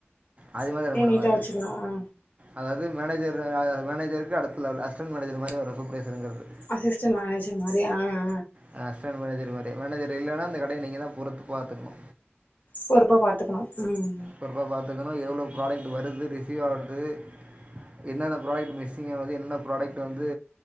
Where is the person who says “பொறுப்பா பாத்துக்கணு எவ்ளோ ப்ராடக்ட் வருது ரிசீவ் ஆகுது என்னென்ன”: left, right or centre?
Right